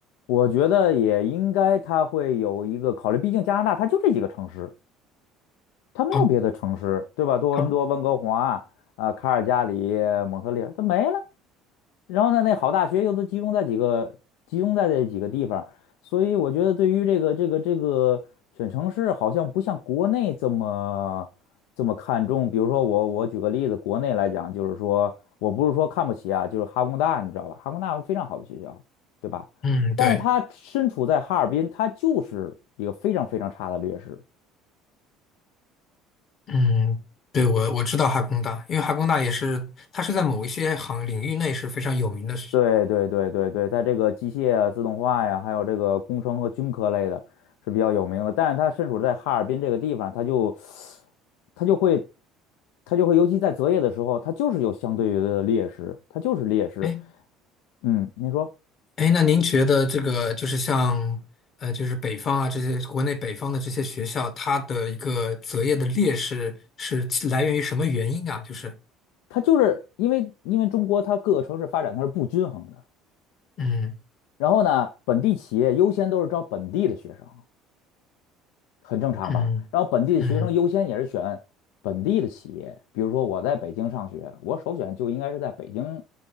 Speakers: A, on the left; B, on the left.
A: 我觉得也应该他会有一个考虑，毕竟加拿大它就这几个城市。它没有别的城市，
B: 哦，
A: 对吧？多伦多、
B: 他
A: 温哥华、啊、呃卡尔加里、蒙特利尔，它没了。然后呢，那好大学又都集中在几个，集中在这几个地方，所以我觉得对于这个这个这个选城市，好像不像国内这么这么看重。比如说我我举个例子，国内来讲，就是说我不是说看不起啊，就是哈工大，你知道吧？哈工大非常好的学校，对吧？
B: 嗯，
A: 但是它身处在哈尔滨，
B: 对，
A: 它就是一个非常非常差的劣势。
B: 嗯，对，我我知道哈工大，因为哈工大也是，它是在某一些行领域内是非常有名的。
A: 对对对对对，在这个机械啊、自动化呀，还有这个工程和军科类的是比较有名的。但是它身处在哈尔滨这个地方，它就它就会它就会，尤其在择业的时候，它就是有相对的劣势，它就是劣势。
B: 哎，
A: 嗯，你说，
B: 哎，那您觉得这个就是像呃，就是北方啊，这些国内北方的这些学校，它的一个择业的劣势是来源于什么原因啊？就是
A: 它就是因为因为中国它各个城市发展它是不均衡的，
B: 嗯
A: 然后呢，本地企业优先都是招本地的学生。很正常吧？
B: 嗯
A: 然后本地的学生优先也是选本地的企业，
B: 嗯，
A: 比如说我在北京上学，我首选就应该是在北京